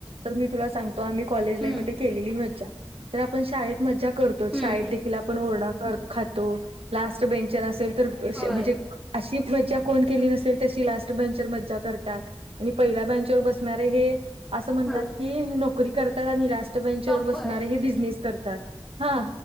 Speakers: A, on the right; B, in the centre.
A: तर मी तुला सांगतो आम्ही कॉलेज
B: हम्म
A: लाई मध्ये केलेली मज्जा. तर आपण शाळेत मजा करतो
B: हम्म
A: शाळेत देखील आपण ओरडा खातो लास्ट बेंचर असेल -- तर अशी
B: होय
A: म्हणजे अशी मज्जा कोण केली नसेल तशी लास्ट -- बेंचर मज्जा करतात आणि पहिल्या बँच वर बसणारे हे अस म्हणतात
B: हं
A: की की नोकरी करतात. आणि लास्ट बेंच
B: टॉपर
A: वर बसणारे हे बिजनेस करतात. हा?